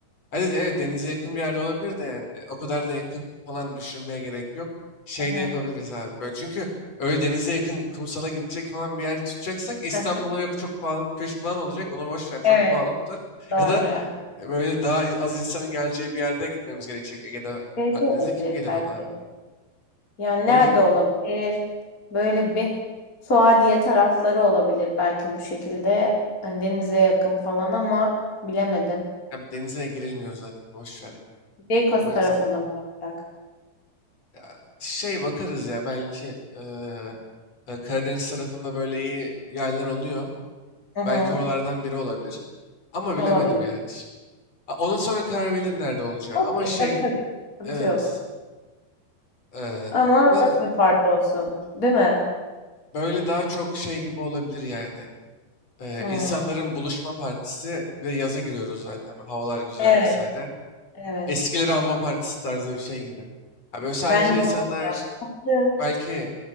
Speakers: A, on the left; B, on the left.
A: Hani evet denize yakın bir yerde olabilir de yani e, o kadar da yakın falan düşünmeye gerek yok. Şey
B: Hı
A: de
B: hı,
A: yapabiliriz abi böyle. Çünkü öyle denize yakın kumsala gidecek falan bir yer tutacaksak İstanbul'a
B: hı hı.
A: yok çok pahalı bir köşk falan olacak. Onu boş ver çok
B: Evet
A: pahalı tutar. <laughs>
B: doğru.
A: Ya da e, böyle daha az insanın geleceği bir yerde gitmemiz gerekecek. Ege'de
B: Şey
A: Akdeniz'e
B: de olabilir
A: kim gelir
B: belki.
A: ona abi?
B: Yani
A: O
B: nerede
A: yüzden
B: olabilir? Böyle bir Suadiye tarafları olabilir belki bu şekilde. Hani denize yakın falan ama bilemedim.
A: hem denize girilmiyor zaten boş ver. ya.
B: Beykoz
A: O
B: tarafında
A: yüzden
B: mı olacak?
A: ya, şey bakarız ya belki e, e, Karadeniz tarafında böyle iyi yerler oluyor.
B: Hı hı,
A: Belki oralardan biri olabilir. Ama bilemedim
B: olabilir.
A: yani şimdi. A- Ondan sonra karar verilir nerede olacağı.
B: Okey,
A: Ama şey
B: tabii tabii. Sıkıntı
A: evet
B: yok.
A: e,
B: Ama
A: na-
B: nasıl bir parti olsun? Değil mi?
A: böyle daha çok şey gibi olabilir yani. E,
B: Hı.
A: insanların buluşma partisi bir de yaza giriyoruz zaten. Böyle Havalar güzel
B: Evet,
A: vesaire.
B: evet.
A: Eskileri anma partisi tarzı bir şey gibi. Ya böyle sadece
B: Bence
A: insanlar
B: o ya. Tatlı.
A: belki